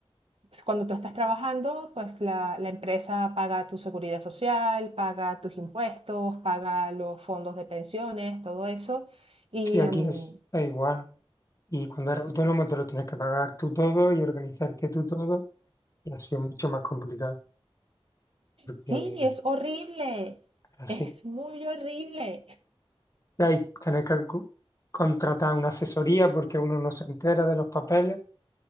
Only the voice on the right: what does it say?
pues, cuando tú estás trabajando, pues la, la empresa paga tu seguridad social, paga tus impuestos, paga los fondos de pensiones, todo eso. Y
mm,
sí,
Sí, es horrible,
es muy horrible.